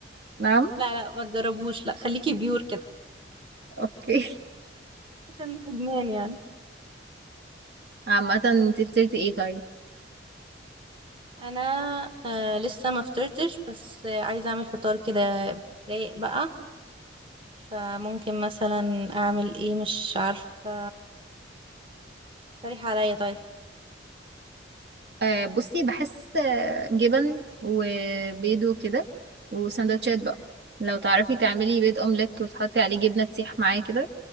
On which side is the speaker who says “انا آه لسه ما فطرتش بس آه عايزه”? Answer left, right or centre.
Right